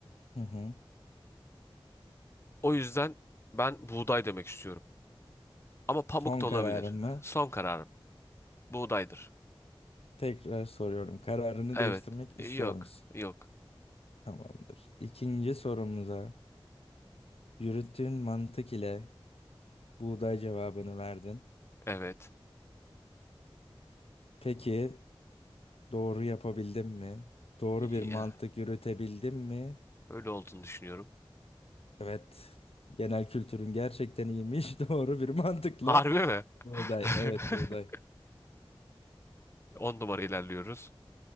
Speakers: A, on the left; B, on the left.
A: hı hı.
B: O yüzden ben buğday demek istiyorum. Ama pamuk
A: Son
B: da olabilir.
A: kararın mı?
B: Son kararım. Buğdaydır.
A: Tekrar soruyorum. Kararını
B: Evet.
A: değiştirmek
B: Yok.
A: istiyor musun?
B: Yok.
A: Tamamdır. İkinci sorumuza yürüttüğün mantık ile buğday cevabını verdin.
B: Evet.
A: Peki doğru yapabildin mi? Doğru
B: Ya,
A: bir mantık yürütebildin mi?
B: öyle olduğunu düşünüyorum.
A: Evet. Genel kültürün gerçekten iyiymiş. <laughs> Doğru bir mantıkla
B: Harbi mi?
A: buğday.
B: <laughs>
A: Evet buğday.
B: 10 numara ilerliyoruz.